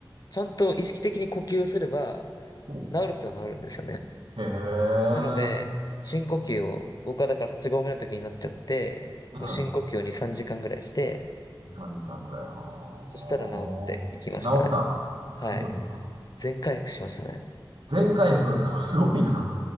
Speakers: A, on the left; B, on the right.
A: ちゃんと意識的に呼吸をすれば、
B: お
A: 治る人は治るんですよね。
B: へえ。う
A: なので、深呼吸を、僕はだから8合目の時になっちゃって、
B: ん。
A: もう深呼吸を2、3時間ぐらいして、
B: 3時間ぐらい。はあ。
A: そしたら治っていきましたね。
B: 治った。
A: はい。
B: すごいな。
A: 全回復しましたね。
B: 全回復。そう、すごいな。
A: はい。